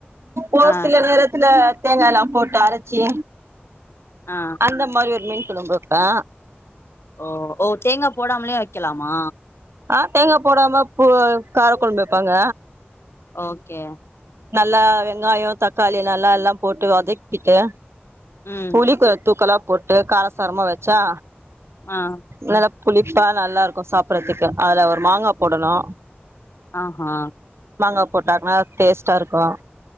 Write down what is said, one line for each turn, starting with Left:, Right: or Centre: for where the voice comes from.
Right: ஒருசில
Left: ஆ
Right: நேரத்ல தேங்காலாம் போட்டு அரச்சி
Left: ஆ
Right: அந்த மாரி ஒரு மீன் சொல்லுங்கக்கா
Left: ஓ ஓ தேங்கா போடாமலயும் வைக்கலாமா
Right: ஆ தேங்கா போடாம போ கார கொழம்பு வப்பாங்க
Left: ஓகே
Right: நல்லா வெங்காயம் தக்காளி நல்லால்லாம் போட்டு வதக்கிட்டு
Left: ம்
Right: புளி கொ தூக்கலா போட்டு கார சாரமா வச்சா
Left: ஆஹ்
Right: நல்லா புளிப்பா நல்லாருக்கு சாப்படுறதுக்கு அதுல ஒரு மாங்கா போடணு
Left: ஆஹ் ஹா
Right: மாங்கா போட்டாங்னா டேஸ்ட் ட்டா இருக்கும்